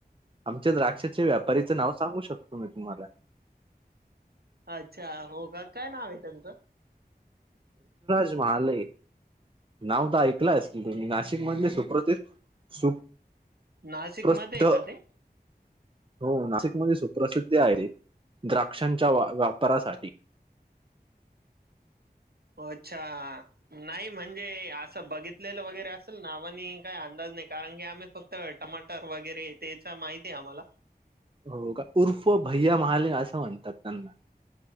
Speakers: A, on the right (about 30°); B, on the right (about 70°).
A: आमच्या द्राक्षाचे व्यापारीच नाव सांगू शकतो मी तुम्हाला
B: अच्छा हो का काय नाव आहे त्यांचं
A: महालय नाव त ऐकलंयस नाशिक मधले सुप्रतित सुप्रसिद्ध.
B: नाशिकमध्ये आहे का ते?
A: हो नाशिकमध्येच. प्रसिद्ध आहे ते द्राक्षांच्या वा वापरासाठी.
B: अच्छा नाही म्हणजे असं बघितलेलं वगैरे असेल नावानी काय अंदाज. नाही कारण की आम्ही फक्त टमाटर वगैरे तेच माहिती आहे आम्हाला.
A: हो का उर्फ भैया महाले असं म्हणतात त्यांना.